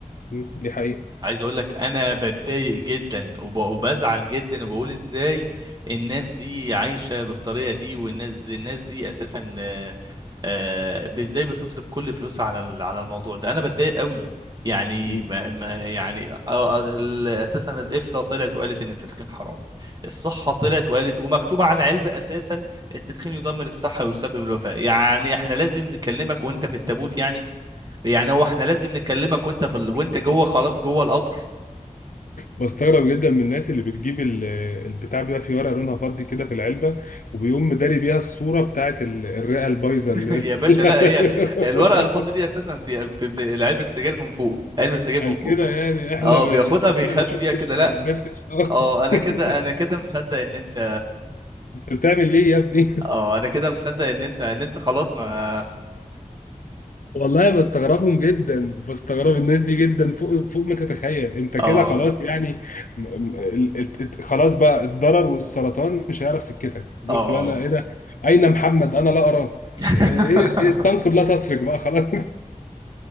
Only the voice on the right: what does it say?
عايز اقول لك انا بتضايق جدا وب- وبزعل جدا وبقول ازاي الناس دي عايشه بالطريقه دي والناس الناس دي اساسا آه، آه، ب- ازاي بتصرف كل فلوسها على ال- على الموضوع ده انا بتضايق قوي يعني
ما ما- يعني آه، آه، ال- اساسا الافتاء طلعت وقالت ان التدخين حرام الصحه طلعت وقالت ومكتوب على العلبه اساسا التدخين يدمر الصحه ويسبب الوفاه يعني احنا لازم نكلمك وانت في التابوت يعني يعني هو احنا لازم نكلمك وانت في ال... وانت
جوه خلاص جوه القبر
يا باشا
لا هي الورقه الفاضي دي اساسا دي بتبقى علبه السجاير من فوق علبه السجاير من
فوق
اه
بياخدها
بيخبي
بيها كده لا
اه انا
كده انا كده مصدق ان انت
اه انا كده مصدق ان انت ان انت خلاص ما
اه
اه
<laughs>